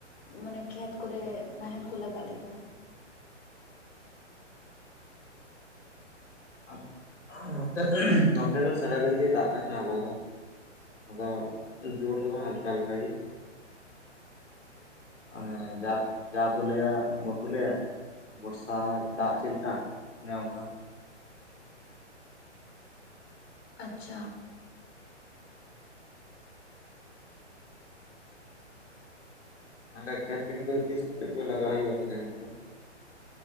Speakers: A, on the left; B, on the left.
A: ᱢᱟᱱᱮ ᱠᱷᱮᱛ ᱠᱚᱨᱮᱜ ᱱᱟᱦᱮᱞ ᱠᱚ ᱞᱟᱜᱟᱜ ᱞᱮᱠᱟ᱾
B: ᱟ ᱟ ᱱᱚᱛᱮ ᱱᱚᱛᱮ ᱫᱚ ᱥᱟᱨᱟᱫᱤᱱ ᱜᱮᱭ ᱫᱟᱜ ᱠᱟᱜ ᱛᱟᱦᱮᱱᱟ ᱦᱚᱞᱟ ᱫᱚ᱾ ᱟᱫᱚ ᱡᱳᱨ ᱫᱚ ᱵᱟᱝ ᱦᱟᱞᱠᱟ ᱦᱟᱞᱠᱟ ᱜᱮ᱾ ᱦᱮᱸ ᱡᱟᱠ ᱡᱟ ᱠᱚ ᱞᱟᱹᱭᱟ ᱵᱟᱠᱚ ᱞᱟᱹᱭᱟ, ᱵᱚᱨᱥᱟ ᱫᱟᱜ ᱪᱮᱫ ᱞᱮᱠᱟ ᱚᱱᱮ ᱚᱱᱠᱟ᱾
A: ᱟᱪᱪᱷᱟ᱾
B: ᱟᱞᱮ ᱠᱷᱮᱛ ᱠᱟᱹᱢᱤ ᱠᱚᱫᱚ ᱛᱤᱥ ᱠᱚᱛᱮ ᱯᱮ ᱞᱟᱜᱟᱣ ᱦᱩᱭᱩᱜ-ᱟ ᱛᱟᱞᱦᱮ ᱦᱟᱸᱜ ᱟᱨᱦᱚᱸ?